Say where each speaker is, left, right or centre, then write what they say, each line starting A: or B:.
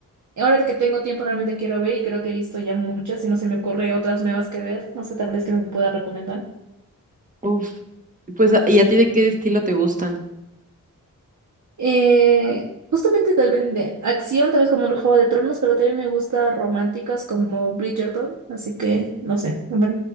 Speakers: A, on the right; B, on the right.
A: Ahora que tengo tiempo realmente quiero ver y creo que he visto ya muchas y no se me ocurre otras nuevas que ver. No sé, tal vez que me pueda recomendar.
B: Uf, pues, ¿a- ¿y a ti de qué estilo te gustan?
A: Eh, justamente tal vez de acción, tal vez como el Juego de Tronos, pero también me gusta románticas como Bridgerton, así que no sé, a ver,